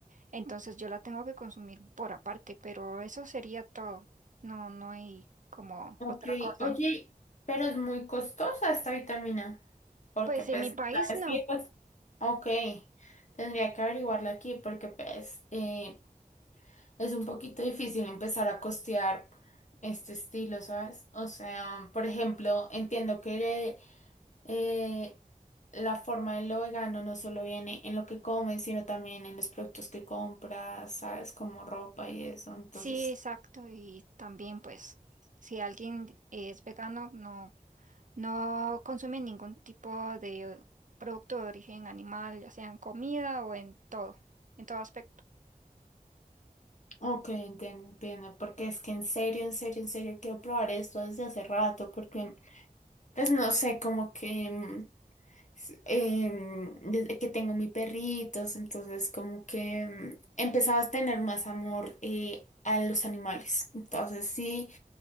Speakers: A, on the right; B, on the left.
A: Entonces yo la tengo que consumir por aparte, pero eso sería todo. No, no hay como
B: Ok,
A: otra cosa.
B: oye, pero es muy costosa esta vitamina, porque
A: Pues
B: pues,
A: en mi país
B: ¿sabes
A: no.
B: qué? Pues, ok, tendría que averiguarla aquí porque pues eh, es un poquito difícil empezar a costear este estilo, ¿sabes? O sea, por ejemplo, entiendo que eh, la forma de lo vegano no solo viene en lo que comes, sino también en los productos que compras, ¿sabes? Como ropa y eso, entonces...
A: Sí, exacto. Y también pues si alguien es vegano, no, no consume ningún tipo de producto de origen animal, ya sea en comida o en todo, en todo aspecto.
B: Ok, entiendo, entiendo, porque es que en serio, en serio, en serio quiero probar esto desde hace rato, porque pues no sé, como que mm, s- em, desde que tengo mis perritos, entonces como que mm, empezaba a tener más amor eh, a los animales, entonces sí,